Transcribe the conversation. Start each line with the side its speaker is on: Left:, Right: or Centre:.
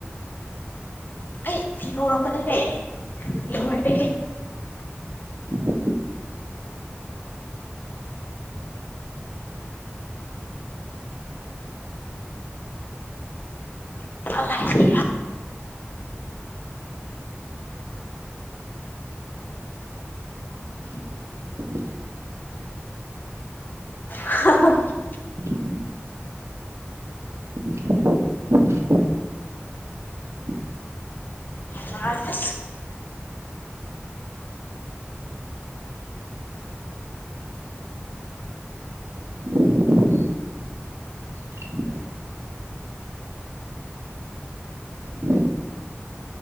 Left: ꯑꯩ ꯐꯤ ꯐꯧꯔꯝꯕꯅꯤꯅꯦ ꯂꯣꯏꯔꯦ
Right: <unintelligible>
Left: <unintelligible>
Right: <unintelligible>
Left: <unintelligible>
Right: <unintelligible> <inaudible> <unintelligible>
Left: ꯁꯥꯏꯍꯦ
Right: <unintelligible> <unintelligible>